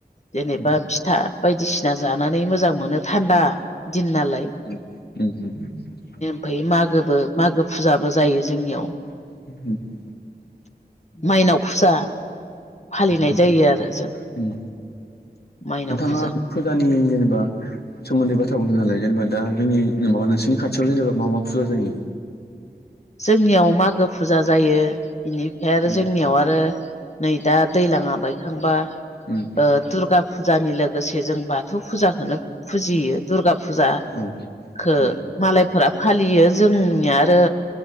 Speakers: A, on the left; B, on the left.
A: जेनेबा
B: उम
A: फिथा बायदिसिना जानानै मोजां मोनो थान्दा दिन नालाय।
B: <inaudible>
A: ओमफफ्राय मागोबो मागो फुजाबो जायो जोंनियाव।
B: <inaudible>
A: माइनाव फुजा फालिनाय
B: उम
A: जायो आरो जों।
B: उम
A: माइनाव
B: नोंथाङा
A: फुजा
B: फुजानि जेनेबा सोमोन्दै बाथ्रा बुंदों नालाय जेनेबा जों माबा नोंसोरनि खाथियावल जेनेबा मा फुजा जायो?
A: जोंनियाव मागो फुजा जायो बेनिफ्राय आरो
B: उम
A: जोंनियाव आरो नै दा दैलाङा बायखांबा
B: उम
A: ओ दुर्गा फु फुजानि लोगोसे जों बाथौ फुजाखौनो फुजियो। दुर्गा फुजाखौ
B: औ औ
A: मालायफोरा फालियो जोंनि आरो